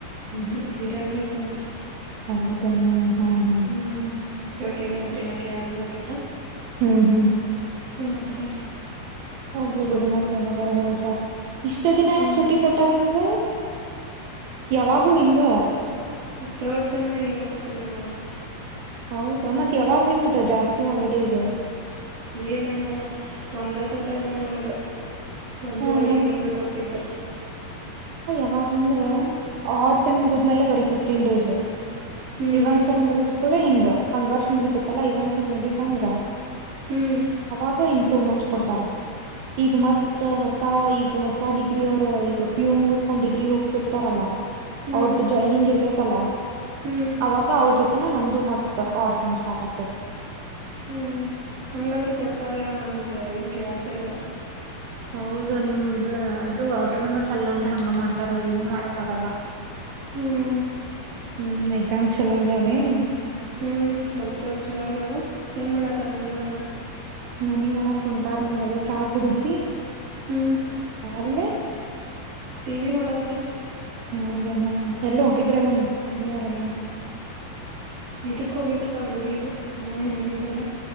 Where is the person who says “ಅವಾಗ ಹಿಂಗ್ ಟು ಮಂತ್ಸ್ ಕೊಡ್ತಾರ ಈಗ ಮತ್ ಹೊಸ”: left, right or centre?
Right